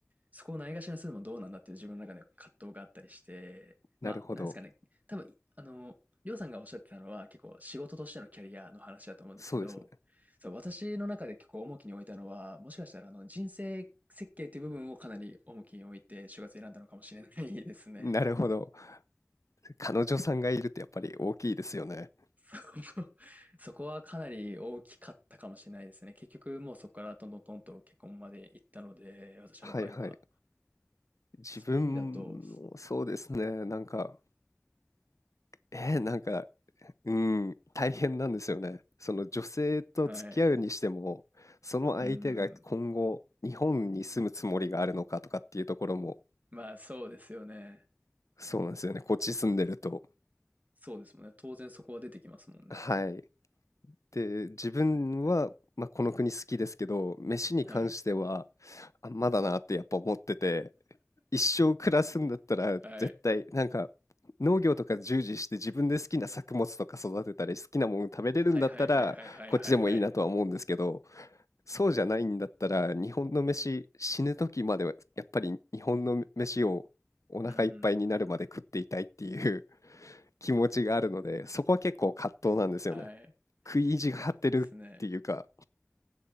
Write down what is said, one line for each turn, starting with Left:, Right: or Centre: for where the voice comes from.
Right: そこをないがしろにするのもどうなんだっていう自分の中で葛藤があったりして、
Left: なるほど。
Right: まあ、なんですかね、多分、あの、りょうさんがおっしゃってたのは結構仕事としてのキャリアの話だと思うんですけど、
Left: そうです
Right: そう、私の中で結構重きに置いたのは、もしかしたらあの人生設計という部分をかなり重きに置いて就活選んだのかもしれないですね。
Left: ね。なるほど。彼女さんがいるってやっぱり大きいですよね。
Right: <laughs> そこはかなり大きかったかもしれないですね。結局もうそこからトントントンと結婚まで行ったので、私の場合は。
Left: はいはい。自分もそうですね。
Right: そういう意味だと、
Left: なんか、えー、なんか、うん、大変なんですよね。その女性と付き合うにしても、
Right: はい。
Left: その相手が今後、
Right: うん。
Left: 日本に住むつもりがあるのかとかっていうところも、
Right: まあ、そうですよね。
Left: そうなんですよね。こっち住んでると。
Right: そうですもんね。当然そこは出てきますもんね。
Left: はい。で、自分は、まあ、この国好きですけど、飯に関しては、
Right: はい。
Left: あ、まだなってやっぱ思ってて、一生暮らすんだったら、
Right: はい。
Left: 絶対なんか、農業とか従事して自分で好きな作物とか育てたり、好きなもの食べれるんだったら、
Right: はいはいはいはいはいはいはい。
Left: こっちでもいいなとは思うんですけど、そうじゃないんだったら、日本の飯、死ぬ時まではやっぱり日本の飯をお腹いっぱいになるまで食っていたいっていう
Right: うんうんうんうん。
Left: <laughs> 気持ちがあるので、そこは結構葛藤なんですよね。
Right: はい。い
Left: 食い意地が張ってるっていうか、
Right: や、ですね。